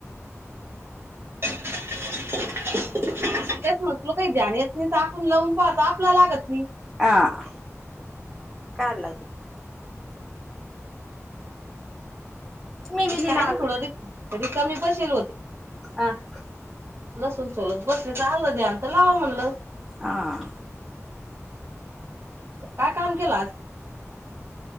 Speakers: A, on the right; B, in the centre.
A: तेच म तुला काही ध्यान येत नाही तर आपण लावून पाहत आपला लागत नाही <inaudible>
B: हा कायल मी मी दिला,
A: काय ना
B: आल
A: थोडं रिक रिकामी बसेल
B: <inaudible>
A: लसून सोलत बस चा आललं ध्यान मलावा म्हलं
B: हा
A: काय काम केलं आज.